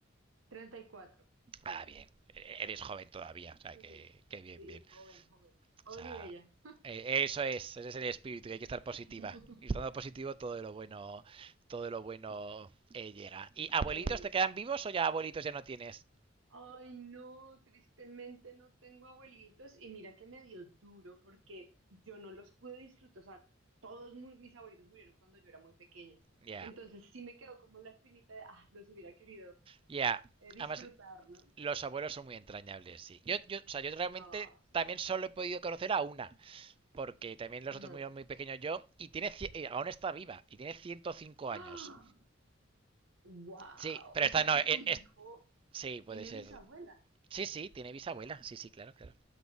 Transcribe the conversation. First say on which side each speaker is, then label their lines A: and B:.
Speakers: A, on the right; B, on the right.
A: 34.
B: Ah, bien. Eres joven todavía, o sea,
A: Sí,
B: que, que bien,
A: sí,
B: bien.
A: joven, joven. Joven
B: O sea,
A: y bella.
B: eh, eso es, ese es el espíritu, que hay que estar positiva.
A: <laughs>
B: Y estando positivo, todo lo bueno, todo lo bueno eh, llega. ¿Y abuelitos
A: Sí.
B: te quedan vivos o ya abuelitos ya no tienes?
A: Ay, no, tristemente no tengo abuelitos y mira que me dio duro porque yo no los pude disfrutar, o sea, todos mu- mis abuelitos murieron cuando yo era muy pequeña.
B: Ya, yeah.
A: Entonces
B: ya.
A: sí me quedó como la espinita de, ah, los hubiera querido
B: Yeah.
A: eh, disfrutar,
B: Además,
A: ¿no?
B: los abuelos son muy entrañables, sí. Yo, yo, o sea, yo realmente
A: No,
B: también solo he podido conocer a una, porque también los
A: ajá.
B: otros murieron muy pequeños yo, y tiene, cien- eh, aún está viva, y tiene ciento cinco
A: ¡Ah!
B: años.
A: ¡Wow!
B: Sí, pero
A: O
B: esta
A: sea
B: no,
A: que
B: eh,
A: tu hijo
B: es, sí, puede
A: tiene
B: ser
A: bisabuela.
B: Sí, sí, tiene bisabuela. Sí, sí, claro, claro.